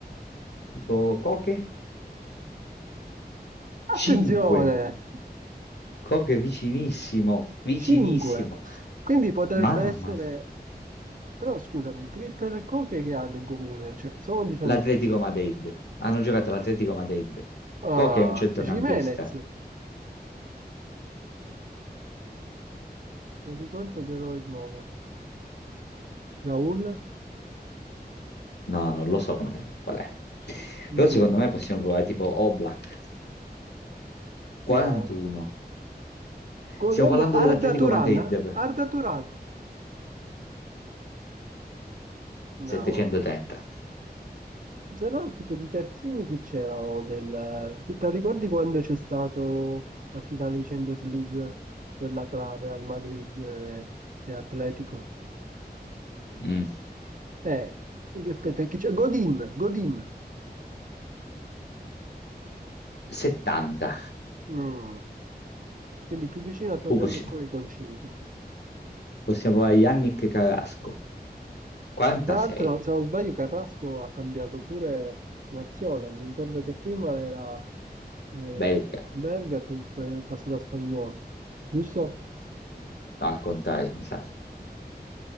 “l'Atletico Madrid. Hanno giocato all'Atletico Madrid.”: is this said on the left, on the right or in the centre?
Left